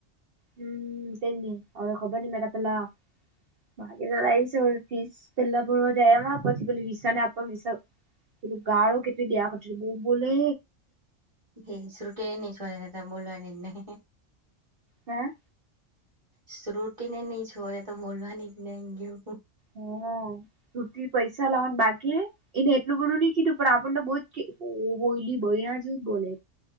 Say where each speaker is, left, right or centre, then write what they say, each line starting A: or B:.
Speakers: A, on the right; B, on the right.
A: હમ તે ન હવે ખબર ન મરા પેલા ભકી જ આવીશ હો પીસ પેલા ભરવા જાય એમાં પછી પે વિસા નાને આપવા વિ પે ગાળો કેટલી દ્યા કર બહુ બોલે
B: હ શુટિ અનીજ હોય હતા બોવાની નહી
A: હં
B: શ્રુટી ને નહી છોને તો બોલવાની જ ન ગયું
A: હ શ્રુતિ પૈસા લાવન બાકી હે એને એટલું બધું નહી કીધું પણ આપણને બહુ જ <unintelligible> બોલી બૈરા જેવું જ બોલે